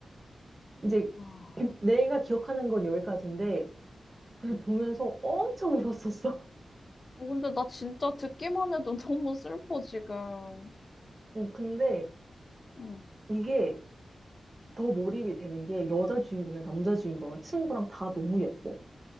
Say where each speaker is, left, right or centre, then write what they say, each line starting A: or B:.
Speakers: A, on the right; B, on the left.
A: 이제
B: 아,
A: <clears throat> 내가 기억하는 건 여기까지인데 그걸
B: 응.
A: 보면서 엄청 울었었어.
B: 어, 근데 나 진짜 듣기만 해도 <laughs> 너무 슬퍼, 지금.
A: <laughs> 어, 근데
B: 응.
A: 이게 더 몰입이 되는 게 여자 주인공이랑 남자 주인공이랑 친구랑 다 너무 예뻐.